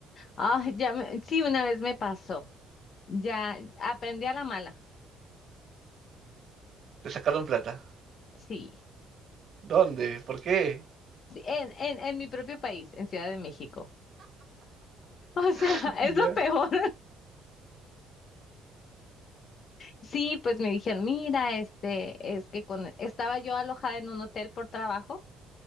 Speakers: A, on the left; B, on the right.
A: Ah, ya me- sí, una vez me pasó. Ya aprendí a la mala.
B: Te sacaron plata.
A: Sí.
B: ¿Dónde? ¿Por qué?
A: Sí, en, en, en mi propio país, en Ciudad de México. O sea,
B: <laughs>
A: <laughs> es
B: Ya.
A: lo peor. Sí, pues me dijeron, mira, este, es que con, estaba yo alojada en un hotel por trabajo